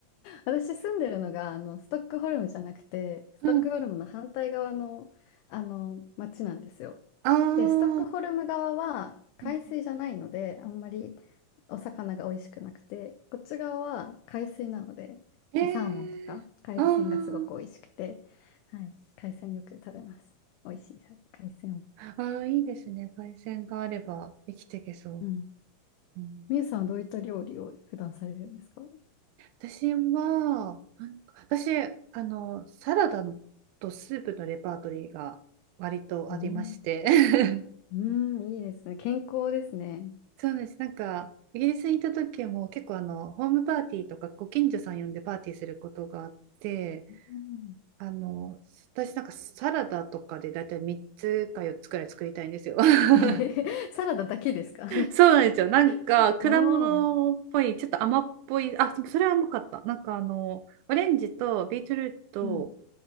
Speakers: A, on the left (about 80°); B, on the right (about 80°).
A: 私住んでるのがあのストックホルムじゃなくてストックホルムの反対側の、
B: うん。
A: あの町なんですよ。
B: ああうん
A: でストックホルム側は海水じゃないのであんまり
B: あ、
A: お魚が美味しくなくてこっち側は海水なので、
B: へえ。
A: まあ、サーモンとか海鮮がすごく美味しくて、
B: あー
A: はい、海鮮よく食べます。美味しいさ海鮮を。
B: あー、いいですね。海鮮があれば生きていけそう。
A: うん。
B: うん
A: みゆさんはどういった料理を普段されるんですか
B: 私は、なんか私、あの、サラダとスープのレパートリーが割とありまして。
A: うん、
B: <laughs>
A: うんいいですね。健康ですね。
B: そうです。なんか、イギリスにいた時も結構あの、ホームパーティーとかご近所さん呼んでパーティーすることがあって、
A: うん、
B: あの、私なんかサラダとかでだいたい3つか4つくらい作りたいんですよ。<laughs>
A: <laughs> えへへサラダだけですか
B: そうなんですよ。なんか、
A: <laughs>
B: 果物っぽい、
A: おー、
B: ちょっと甘っぽい、あ、そそれは甘かった。なんかあの、オレンジとビートルート
A: うん、